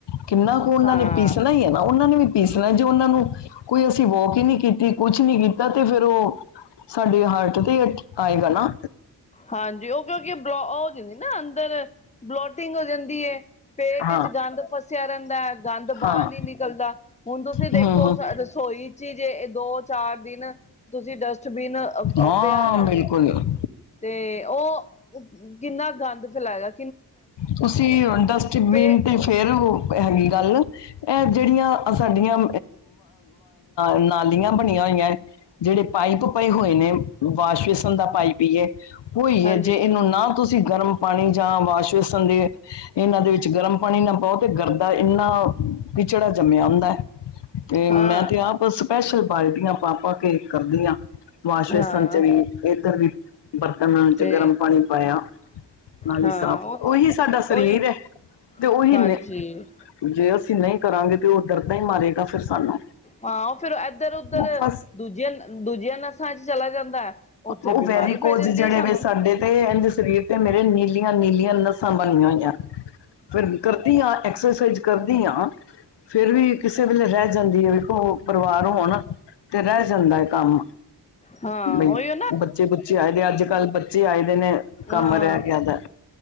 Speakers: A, on the left; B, on the left.
A: ਕਿੰਨਾ ਕੁ ਉਹਨਾਂ
B: ਹਾਂ
A: ਨੇ ਪੀਸਣਾ ਹੀ ਹੈ ।ਨਾ ਉਹਨਾਂ ਨੇ ਵੀ ਪੀਸਣਾ ਜੇ ਉਹਨਾਂ ਨੂੰ ਕੋਈ ਅਸੀਂ ਵੋਕ ਹੀ ਨੀ ਕੀਤੀ ਕੁਛ ਨੀ ਕੀਤਾ ਤੇ ਫਿਰ ਉਹ ਸਾਡੇ ਹਾਰਟ ਤੇ ਆਏਗਾ ਨਾ।
B: ਹਾਂਜੀ ਉਹ ਕਿਉਂਕਿ ਬਲੋ ਹੋ ਜਾਂਦੀ ਨਾ ਅੰਦਰ ਬਲੋਟਿੰਗ ਹੋ ਜਾਂਦੀ ਹੈ। ਪੇਟ
A: ਹਾਂ
B: ਚ ਗੰਦ ਫਸਿਆ ਰਹਿੰਦਾ ਹੈ। ਗੰਦ ਬਾਹਰ
A: ਹਾਂ
B: ਨੀ ਨਿਕਲਦਾ ਹੁਣ ਤੁਸੀਂ ਦੇਖੋ
A: ਹੂੰ ਹੂੰ
B: ਰਸੋਈ ਚ ਹੀ ਜੇ ਦੋ ਚਾਰ ਦਿਨ ਤੁਸੀਂ ਡਸਟਬਿਨ ਅ
A: ਹਾਂ
B: ਪਿਆ ਦਾ
A: ਬਿਲਕੁਲ
B: ਤੇ ਉਹ ਕਿੰਨਾ ਗੰਦ ਫੈਲਾਇਆ।
A: ਤੁਂਸੀ ਡਸਟਬੀਨ
B: ਪੇ
A: ਤੇ ਫੇਰ ਹੈਗੀ ਗੱਲ ਇਹ ਜਿਹੜੀਆਂ ਸਾਡੀਆਂ ਨਾਲੀਆਂ ਬਣੀਆਂ ਹੋਈਆਂ ਜਿਹੜੇ ਪਾਈਪ ਪਏ ਹੋਏ ਨੇ ਵਾਸ਼ਵੇਸ਼ਣ ਦਾ ਪਾਈਪ ਪੀਏ ਹੋਈ
B: ਹਾਂਜੀ
A: ਹੈ ਜੇ ਇਹਨੂੰ ਨਾ ਤੁਸੀਂ ਗਰਮ ਪਾਣੀ ਜਾਂ ਵਾਸ਼ ਦੇ ਇਹਨਾਂ ਦੇ ਵਿੱਚ ਗਰਮ ਪਾਣੀ ਨਾ ਪਾਓ ਤੇ ਗਰਦਾ ਇੰਨਾ ਕਿੱਚੜਾ ਜੰਮਿਆ ਹੁੰਦਾ ਹੈ। ਤੇ
B: ਹਾਂ
A: ਮੈਂ ਤੇ ਆਪ ਸਪੈਸ਼ਲ ਬਾਲਟੀਆਂ ਪਾ ਪਾ ਕੇ ਕਰਦੀਆਂ ਵਾਸ਼
B: ਹਾਂ
A: ਵੇਸ਼ਨ ਚ ਵੀ ਇੱਧਰ ਵੀ ਬਰਤਨਾਂ
B: ਤੇ
A: ਚ ਗਰਮ ਪਾਣੀ ਪਾਇਆ ਨਾਲ
B: ਹਾਂ
A: ਹੀ ਸਾਫ਼
B: ਉਹ
A: ਉਹੀ ਸਾਡਾ ਸਰੀਰ
B: ਉਹੀ
A: ਹੈ ਤੇ ਉਹੀ
B: ਹਾਂਜੀ
A: ਨੇ, ਜੇ ਅਸੀਂ ਨਹੀਂ ਕਰਾਂਗੇ ਪਿਓ ਡਰਦਾ ਹੀ ਮਾਰੇਗਾ ਫਿਰ ਸਾਨੂੰ।
B: ਹਾਂ ਫਿਰ ਇੱਧਰ ਉੱਧਰ
A: ਉਹ ਫਸ
B: ਦੂਜੀਆਂ ਦੂਜੀਆਂ ਨਸਾਂ ਚ ਚਲਾ ਜਾਂਦਾ ਹੈ। ਉੱਥੇ
A: ਉਹ
B: ਬਿਮਾਰੀ
A: ਵੈਰੀਕੋਜ
B: ਪੈ ਜਾਂਦੀ
A: ਜਿਹੜੇ
B: ਹੈ ਸਾਨੂੰ
A: ਵ ਸਾਡੇ ਤੇ ਸਰੀਰ ਤੇ ਮੇਰੇ ਨੀਲ ਨੀਲੀਆਂ ਨੱਸਾਂ ਬਣੀਆਂ ਹੋਈਆਂ ਫਿਰ ਕਰਦੀ ਹਾਂ ਐਕਸਰਸਾਈਜ਼ ਕਰਦੀ ਹਾਂ। ਫਿਰ ਵੀ ਕਿਸੇ ਵੇਲੇ ਰਹਿ ਜਾਂਦੀ ਹੈ ਵੇਖੋ ਉਹ ਪਰਿਵਾਰ ਹੋਣ ਤੇ ਰਹਿ ਜਾਂਦਾ ਹੈ ਕੰਮ
B: ਹਾਂ
A: ਬਈ
B: ਉਹੀ
A: ਬੱਚੇ ਬੁੱਚੇ ਆਏ ਦੇ ਅੱਜ ਕੱਲ੍ਹ ਬੱਚੇ ਆਏ ਦੇ ਨੇ ਕੰਮ
B: ਹਾਂ
A: ਰਹਿ ਗਿਆ ਦਾ